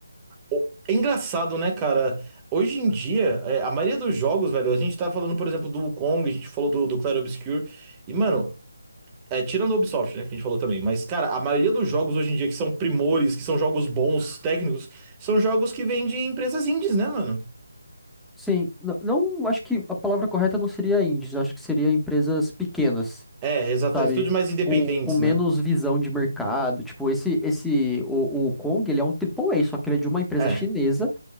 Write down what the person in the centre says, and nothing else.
Sim, n- não, acho que a palavra correta não seria indies, acho que seria empresas pequenas,
sabe?
Com, com menos
visão de mercado. Tipo, esse, esse, o, o Kong, ele é um AAA, só que ele é de uma empresa
chinesa